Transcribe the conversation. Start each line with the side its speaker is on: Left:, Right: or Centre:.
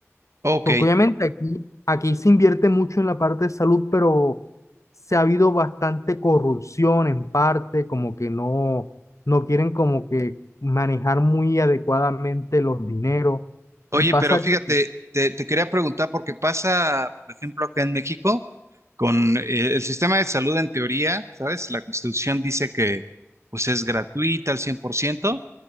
Right: ok.
Left: Porque obviamente aquí, aquí se invierte mucho en la parte de salud, pero se ha habido bastante corrupción en parte, como que no, no quieren como que manejar muy adecuadamente los dineros.
Right: Oye,
Left: Y pasa,
Right: pero fíjate,
Left: que-
Right: te, te quería preguntar porque pasa, por ejemplo, acá en México, con eh, el sistema de salud en teoría, ¿sabes? La Constitución dice que pues es gratuita al 100%